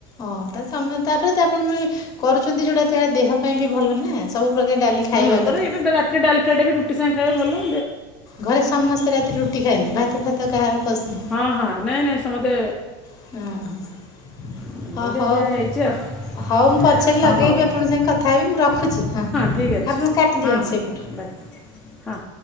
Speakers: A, on the left (about 25°); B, in the centre.
A: ଓହ ତା ସମୟ ତାପରେ ତ ଆପଣ କରୁଛନ୍ତି ଯୋଉଟା ଦେହ ପାଇଁ ବି ଭଲ ନା ସବୁ ପ୍ରକାର ଡାଲି
B: ହଁ
A: ଖାଇବା କଥା
B: ଏଇଟା ରାତି ଡାଲ ଫ୍ରାଇଡେ ବି ରୁଟି ସାଙ୍ଗେ ଖାଇବା ଭଲ।
A: ଘରେ ସମସ୍ତେ ରାତିରେ ରୁଟି ଖାଆନ୍ତି ଭାତ ଫାତ କାହାର ପସନ୍ଦ
B: ହଁ ହଁ ନାଇଁ ନାଇଁ ସମ ହେ
A: ହଁ
B: ଏ
A: ହଁ
B: ଯ
A: ହଉ
B: ହୋଇଚ ଆଉ।
A: ହଉ ମୁଁ ପଛରେି ଲଗେଇବି
B: ଅ ହଉ
A: ଆପଣଙ୍କ ସାଙ୍ଗେ କଥା ହେବି ମୁଁ ରଖୁଛି ହଁ ଆପଣ
B: ଠିକ୍ ଅଛି
A: କାଟିଦିଅନ୍ତୁ
B: ହଁ ହଁ
A: ସେଇପଟୁ।
B: ବାଏ
A: ହଁ
B: ହଁ।